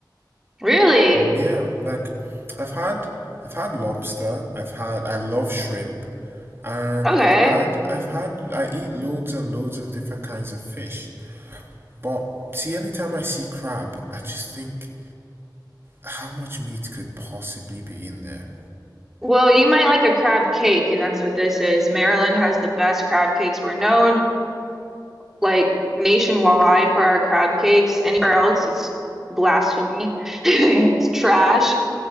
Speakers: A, in the centre; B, on the right.
A: Really?
B: Yeah, like I've had I've had lobster, I've had I love shrimp, and
A: Okay.
B: I've had I've had I eat loads and loads of different kinds of fish. But see, anytime I see crab, I just think how much meat could possibly be in there?
A: Well, you might like a crab cake, and that's what this is. Maryland has the best crab cakes. We're known like nationwide for our crab cakes. Anywhere else, it's blasphemy. <laughs> It's trash.